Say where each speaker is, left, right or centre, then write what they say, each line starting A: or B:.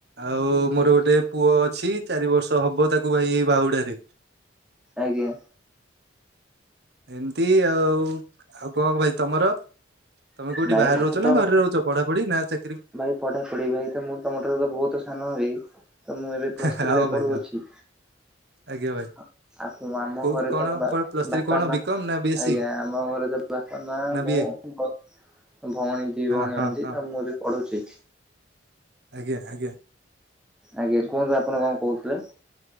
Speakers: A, on the right; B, in the centre.
A: ଆଉ ମୋର ଗୋଟେ ପୁଅ ଅଛି। ଚାରି ବର୍ଷ ହବ ତାକୁ ଭାଇ ଏଇ ବାହୁଡାରେ।
B: ଆଜ୍ଞା।
A: ଏମିତି ଆଉ। ଆଉ କଣ ଭାଇ ତମର? ତମେ କୋଉଠି
B: ଭାଇ
A: ବାହାରେ
B: ମୁଁ
A: ରହୁଛ
B: ତ
A: ନା ଘରେ ରହୁଚ? ପଢାପଢି ନା ଚା
B: ଭାଇ ପଢା ପଢି ଭାଇ ତ ମୁଁ ତମ ଠାରୁ ତ ବହୁତ ସାନ ହେବି। ତ ମୁଁ ଏବେ ପ୍ଲସ
A: ହଁ
B: ଥ୍ରୀ ରେ ପଢୁଅଛି।
A: ଭାଇ ହଁ ଆଜ୍ଞା ଭାଇ
B: ଆ ଆପ ଆମ
A: କୋଉ
B: ଘରେ
A: କଣ
B: ତ ବା
A: ପ୍ଲସ୍ ଥ୍ରୀ
B: ବାପା
A: କଣ
B: ମା
A: ବିକମ୍ ନା ବି ଏସ୍
B: ଆଜ୍ଞା
A: ସି
B: ଆମ ଘରେ ତ ବାପା, ମା,
A: ନା
B: ମୁଁ
A: ବି ଏ
B: ଗ ଭଉଣୀ ଦି
A: ହଁ
B: ଭଉଣୀ ଅଛନ୍ତି।
A: ହଁ ହଁ
B: ତ ମୁଁ ଏବେ ପଢୁଛି।
A: ଆଜ୍ଞା ଆଜ୍ଞା।
B: ଆଜ୍ଞା। କୁହନ୍ତୁ ଆପଣ କଣ କହୁଥିଲେ?